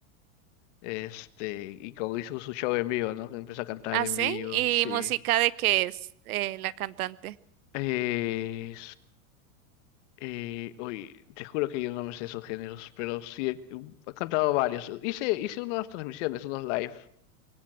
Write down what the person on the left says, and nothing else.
Este, y como hizo su show en vivo, ¿no? Que empezó a cantar
en
vivo,
sí.
Eh, Eh, uy, te juro que yo no me sé esos géneros, pero sí he, mm, he cantado varios. Hice, hice unas transmisiones, unos live.